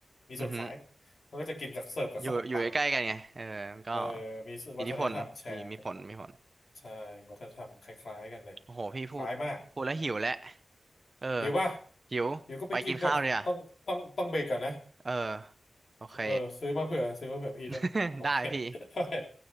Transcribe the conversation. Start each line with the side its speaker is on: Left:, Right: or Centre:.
Left: มีส่วนขาย
Right: อือฮึอ
Left: มันก็จะกินกับเสิร์ฟกับขนมปังอ่ะ
Right: อยู่อยู่ใกล้ๆกันไงเออมันก็
Left: เออมีวัฒนธรรมแชร์กัน
Right: อิทธิพลมีมีผลมีผล
Left: ใช่วัฒนธรรมคล้ายๆกันเลย
Right: โอ้โหพี่พูดพูดแล้วหิวแล้ว
Left: คล้ายมาก
Right: เออ
Left: หิวป่ะ
Right: หิวไปกินข้าวเลยอ่ะ
Left: หิวก็ไปกินกันต้องต้องต้องเบรกก่อนนะ
Right: เออโอเค
Left: เออซื้อมาเผื่อซื้อมาเผื่อพี่ด้วยโอเค
Right: <laughs> ได้พี่
Left: โอเค